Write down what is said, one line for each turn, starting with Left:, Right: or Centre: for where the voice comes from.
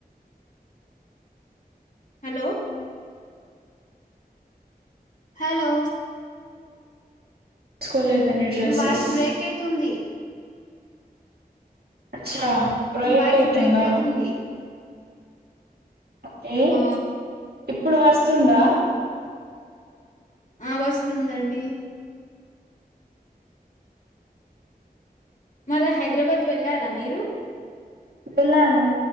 Left: హలో హలో
Right: స్కోలేదండి డ్రెస్సెస్
Left: మీ వాయిస్ బ్రేక్ అయితుంది
Right: అచ్చా బ్రేక్
Left: మీ వాయిస్
Right: అయితుందా
Left: బ్రేక్ అయితుంది
Right: ఒకే
Left: ఆ
Right: ఇప్పుడు వస్తుందా
Left: ఆ వస్తుందండీ మరి హైదరాబాద్ వెళ్లారా మీరు
Right: వెళ్ళాను